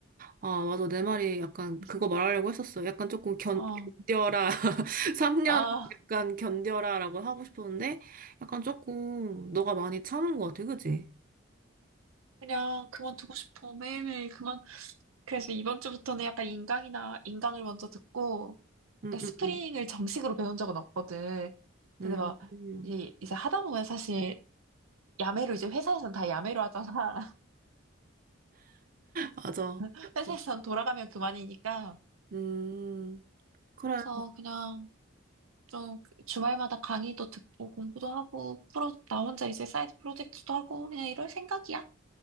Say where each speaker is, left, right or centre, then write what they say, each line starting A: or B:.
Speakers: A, on the right; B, on the right.
A: 아, 맞아. 내 말이 약간
B: 그래서
A: 그거 말하려고 했었어. 약간 조금 견,
B: 어,
A: 견뎌라. <laughs> 3년
B: 아
A: 약간 견뎌라 라고 하고 싶었는데, 약간 조금 너가 많이 참은 것 같아. 그치?
B: 그냥 그만두고 싶어 매일매일 그만. 그래서 이번 주부터는 약간 인강이나 인강을 먼저 듣고
A: 응,
B: 그러니까
A: 응,
B: 스프링을
A: 응.
B: 정식으로 배운 적은 없거든. 근데
A: 음,
B: 막
A: 음.
B: 이제, 이제 하다 보면 사실 야매로 이제 회사에서는 다 야매로 하잖아.
A: 맞아.
B: <laughs>
A: 약간.
B: 회사에서는 돌아가면 그만이니까.
A: 음, 그래.
B: 그래서 그냥 좀 주말마다 강의도 듣고 공부도 하고 프로 나 혼자 이제 사이드 프로젝트도 하고 그냥 이럴 생각이야.